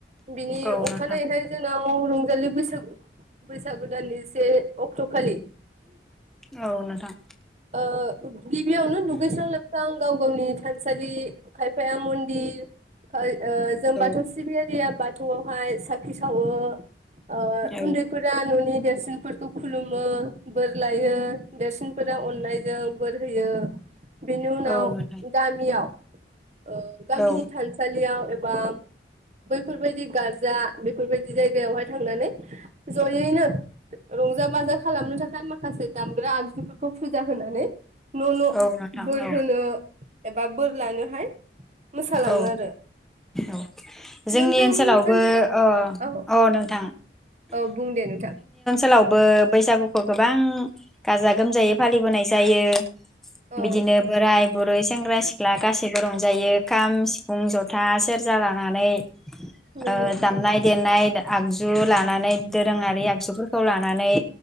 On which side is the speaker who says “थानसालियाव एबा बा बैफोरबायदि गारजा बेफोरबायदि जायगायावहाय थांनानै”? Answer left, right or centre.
Right